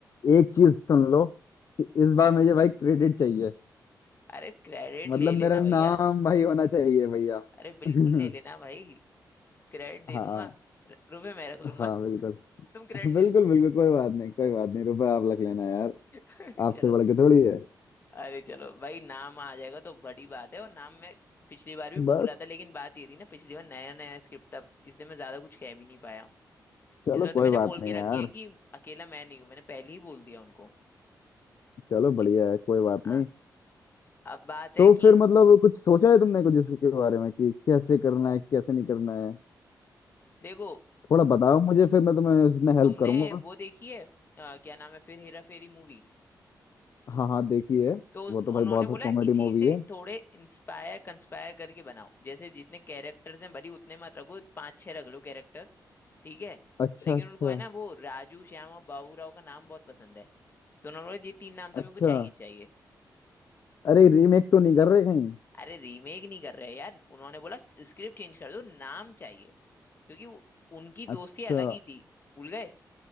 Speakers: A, on the left; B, on the left.
A: एक चीज सुन लो कि इस बार मुझे भाई क्रेडिट चाहिए
B: अरे क्रेडिट
A: मतलब
B: ले
A: मेरा
B: लेना
A: नाम
B: भैया
A: भाई होना चाहिए भैया
B: अरे बिल्कुल
A: <laughs>
B: ले लेना भाई क्रेडिट दे
A: हाँ
B: दूंगा र- रुपए मैं रख लूंगा
A: हाँ
B: <laughs>
A: बिल्कुल
B: तुम क्रेडिट
A: बिल्कुल
B: ले लो
A: बिल्कुल कोई बात नहीं कोई बात नहीं रुपए आप रख लेना यार
B: <laughs>
A: आपसे
B: चलो
A: बढ़ के थोड़ी है
B: अरे चलो भाई नाम आ जाएगा तो बड़ी बात है और नाम मैं पिछली बार भी
A: बस
B: बोला था लेकिन बात ये थी ना पिछली बार नया नया स्क्रिप्ट था इसलिए मैं ज्यादा कुछ कह भी नहीं पाया
A: चलो
B: इस बार तो
A: कोई
B: मैंने
A: बात
B: बोल
A: नहीं
B: के
A: यार
B: रखी है कि अकेला मैं नहीं हूँ मैंने पहले ही बोल दिया उनको
A: चलो
B: कि-
A: बढ़िया है कोई बात
B: हाँ
A: नहीं
B: अब बात है
A: तो
B: कि
A: फिर मतलब कुछ सोचा है तुमने कुछ इसके बारे में कि कैसे करना है कैसे नहीं करना है
B: देखो
A: थोड़ा बताओ मुझे फिर मैं तुम्हें इसमें हेल्प
B: तुमने
A: करूंगा
B: वो देखी है अ, क्या नाम है फिर हेरा फेरी मूवी
A: हाँ हाँ देखिए
B: तो उस,
A: वो
B: उन्होंने
A: तो भाई बहुत
B: बोला
A: कॉमेडी
B: इसी
A: मूवी
B: से
A: है
B: थोड़े इंस्पायर कंस्पायर करके बनाओ जैसे जितने कैरेक्टर्स हैं भले ही उतने मत रखो पांच छह रख लो कैरेक्टर्स ठीक है
A: अच्छा
B: लेकिन
A: अच्छा
B: उनको है ना वो राजू श्याम और बाबूराव का नाम बहुत पसंद है तो उन्होंने बोला ये तीन नाम तो
A: अच्छा
B: मेरे को चाहिए चाहिए
A: अरे रीमेक तो नहीं कर रहे कहीं
B: अरे रीमेक नहीं कर रहे हैं यार उन्होंने बोला स्क्रिप्ट चेंज कर दो नाम चाहिए क्योंकि वो, उनकी
A: अच्छा
B: दोस्ती अलग ही थी भूल गए